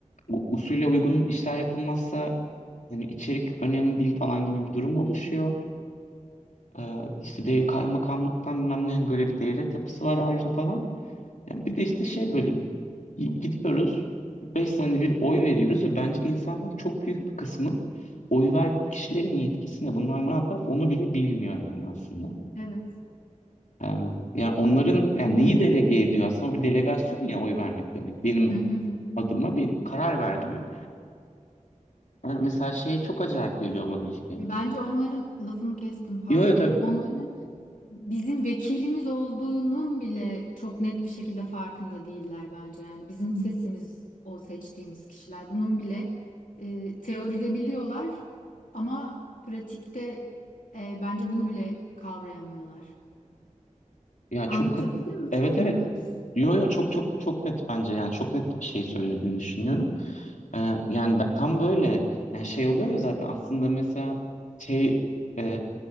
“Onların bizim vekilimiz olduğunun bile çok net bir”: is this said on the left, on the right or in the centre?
Left